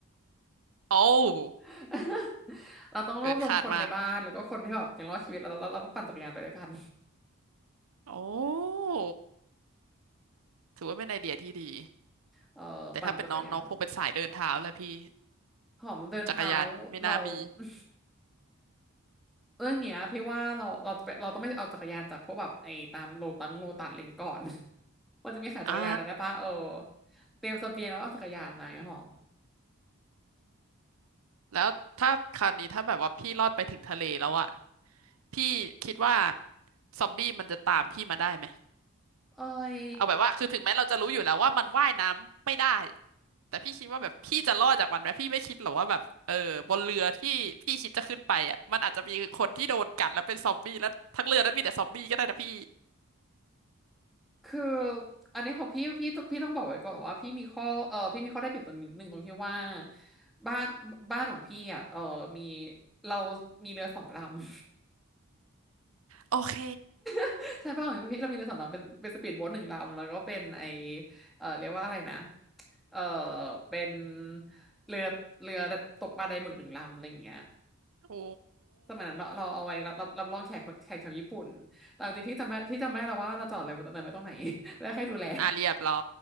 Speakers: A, on the right; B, in the centre.
A: โอ้ว
B: <laughs> เราต้องรวบรวมคนในบ้านแล้วก็คนที่แบบยังรอดชีวิตแล้วเราเราเราต้องปั่นจักรยานไปด้วยกัน
A: เกินคาดมากโอ้ถือว่าเป็นไอเดียที่ดี
B: เออปั่นจักรยาน
A: แต่ถ้าเป็นน้องน้องคงเป็นสายเดินเท้าแหละพี่
B: หอมเดินเท้า
A: จักรยานไม่น่ามี
B: เรา <laughs> เรื่องเนี้ยพี่ว่าเราเราจะไปเราต้องไม่เอาจักรยานจากพวกแบบไอ้ตามโลตังโลตัสอะไรอย่างงี้ก่อน <laughs> ว่าจะมีขายจักรยานจำได้ปะเออ
A: อ่า
B: เตรียมเสบียงแล้วก็เอาจักรยานมาไงหอม
A: แล้วถ้าคราวนี้ถ้าแบบว่าพี่รอดไปถึงทะเลแล้วอะ พี่คิดว่าซอมบี้มันจะตามพี่มาได้ไหม
B: เอ้ย
A: เอาแบบว่าคือถึงแม้เราจะรู้อยู่แล้วว่ามันว่ายน้ำไม่ได้แต่พี่คิดว่าแบบพี่จะรอดจากมันไหมพี่ไม่คิดหรอกว่าแบบเออบนเรือที่พี่คิดจะขึ้นไปอ่ะมันอาจจะมีคนที่โดนกัดแล้วเป็นซอมบี้แล้วทั้งเรือนั้นมีแต่ซอมบี้ก็ได้นะพี่
B: คืออันนี้ของพี่พี่พี่ต้องบอกไว้ก่อนว่าพี่มีข้อเออพี่มีข้อได้เปรียบตรงนิดนึงตรงที่ว่าบ้านบ้านของพี่อ่ะเออมีเรามีเรือสองลำ
A: โอเค
B: <laughs> ใช่บ้านของพี่เรามีเรือสองลำเป็นเป็นสปีดโบ๊ทหนึ่งลำแล้วก็เป็นไอเออเรียกว่าอะไรนะเออเป็นเรือเรือตกปลาไดหมึกหนึ่งลำอะไรอย่างเงี้ย
A: โอ้
B: สมัยนั้นเราเราเอาไว้รับรับรับรองแขกแขกชาวญี่ปุ่นแต่จริงๆพี่จำไม่พี่จำไม่ได้แล้วว่าเราจอดเลยตรงไหนไว้ตรงไหน <laughs> แล้วใครดูแล
A: อ่ะเรียบร้อ